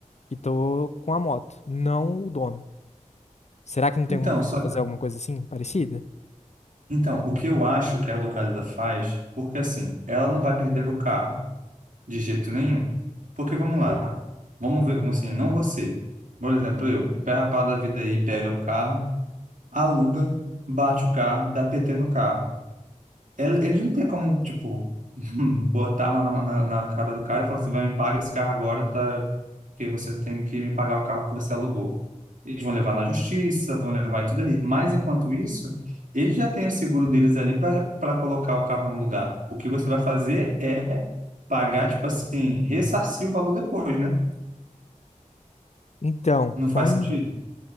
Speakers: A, on the left; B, on the right.
A: que tô com a moto, não o dono. Será que não tem
B: Então,
A: como você
B: só
A: fazer
B: que-
A: alguma coisa assim, parecida?
B: então, o que eu acho que a localiza faz, porque assim, ela não vai perder o carro de jeito nenhum. Porque vamos lá, vamos ver, vamos assim, não você. Por exemplo, eu, um pé rapado da vida aí pega o carro, aluga, bate o carro, dá PT no carro. Ele- Eles não tem como, tipo, <laughs> botar a mão na, na, na cara do cara e falar assim, vai, me paga esse carro agora pra, porque você tem que me pagar o carro que você alugou. Eles vão levar na justiça, vão levar tudo ali. Mas, enquanto isso, eles já têm o seguro deles ali para para colocar o carro no lugar. O que você vai fazer é pagar, tipo assim, ressarcir o valor depois, né?
A: Então,
B: Não
A: quando
B: faz sentido?